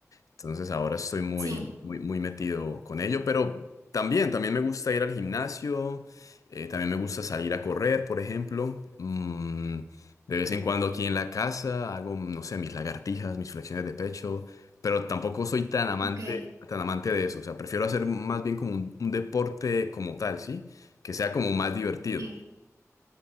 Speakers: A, on the left (about 85°); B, on the right (about 85°).
A: Entonces ahora estoy muy,
B: Sí,
A: muy, muy metido con ello, pero también, también me gusta ir al gimnasio, eh, también me gusta salir a correr, por ejemplo. Mm, de vez en cuando aquí en la casa hago, no sé, mis lagartijas, mis flexiones de pecho, pero tampoco soy tan amante,
B: Ok.
A: tan amante de eso. O sea, prefiero hacer más bien como un, un deporte como tal, ¿sí? Que sea como más divertido.
B: sí.